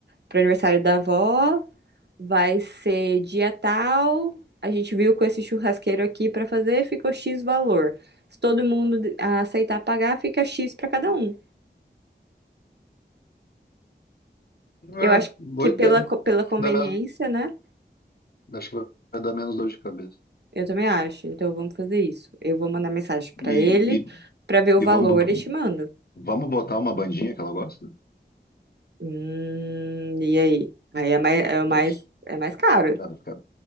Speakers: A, on the right; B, on the left.
A: pro aniversário da avó, vai ser dia tal, a gente viu com esse churrasqueiro aqui pra fazer, ficou X valor. Se todo mundo aceitar pagar, fica X pra cada um.
B: É,
A: Eu acho
B: boa
A: que
B: ideia.
A: pela,
B: Acho
A: co- pela conveniência,
B: que dá menos,
A: né?
B: acho que vai dar menos dor de cabeça.
A: Eu também acho. Então vamos fazer isso. Eu vou mandar mensagem pra
B: E,
A: ele
B: e,
A: pra ver o valor
B: e vamos,
A: e te mando.
B: vamos botar uma bandinha que ela gosta?
A: Hum, e aí? Aí é mais, é
B: Nossa.
A: mais, é mais caro.
B: ela vai ficar-